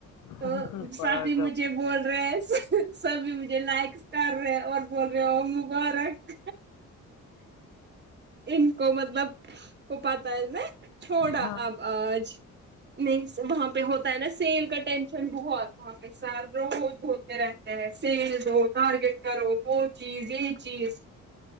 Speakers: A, on the right; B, on the left.
A: تو
B: ہے
A: سبھی
B: پاگل
A: مجھے بول رہے سبھی مجھے لائکس کر رہے اور بول رہے مبارک ان کو مطلب کو پتا ہے نے چھوڑا
B: ہاں
A: اب آج نہیں وہاں پہ ہوتا ہے نا سیل کا ٹینشن بہت وہاں پہ سر روز بولتے رہتے ہیں سیل دو ٹارگیٹ کرو وہ چیز یہ چیز